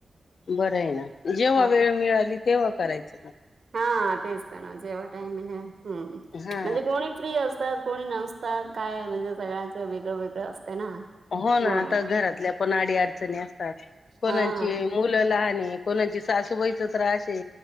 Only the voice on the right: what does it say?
हा
हा, तेच ते ना, जेव्हा टाईम मिळेल, म्हणजे
कोणी फ्री असतात. कोणी नसतात. काय म्हणजे सगळ्यांचं वेगळं-वेगळं असते ना.
म्हणून
हा